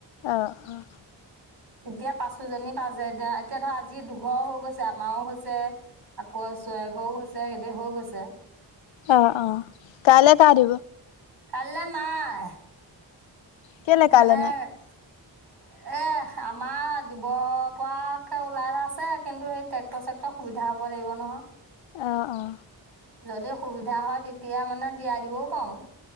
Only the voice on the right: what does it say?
এতিয়া পাচোজনী পা যে এতিয়া এতিয়া ধৰ আজি দুঘৰ হৈ গৈছে আমাৰও হৈছে আকৌ চৰা ঘৰও হৈছে সদ হৈ গৈছে।
কাললৈ নাই।
মানে
এ আমাৰ দিব পৰাকে ওলাই আছে কিন্তু সেই ট্ৰেক্টৰ চেক্টৰ সুবিধা হ'ব ক লাগিব নহয়।
যদি সুবিধা হয় তেতিয়া মানে দিয়াই দিবও পাৰো।